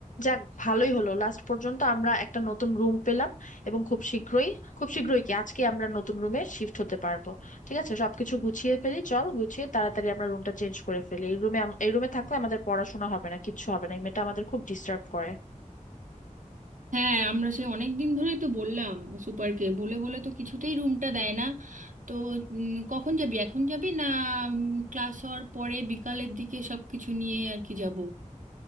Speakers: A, on the left (about 75°); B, on the right (about 75°).
A: যাক ভালোই হলো লাস্ট পর্যন্ত আমরা একটা নতুন রুম পেলাম এবং খুব শীঘ্রই খুব শীঘ্রই কি আজকে আমরা নতুন রুমে শিফট হতে পারবো ঠিক আছে সবকিছু গুছিয়ে ফেলি চল গুছিয়ে তাড়াতাড়ি আমরা রুমটা চেঞ্জ করে ফেলি এই রুমে এই রুমে থাকলে আমাদের পড়াশোনা হবে না কিচ্ছু হবে না এই মেয়েটা আমাদের খুব ডিস্টার্ব করে
B: হ্যাঁ আমরা সে অনেক দিন ধরেই তো বললাম সুপারকে বলে বলে তো কিছুতেই রুমটা দেয় না তো উম, কখন যাবি এখন যাবি না ক্লাস হওয়ার পরে বিকালের দিকে সব কিছু নিয়ে আর কি যাব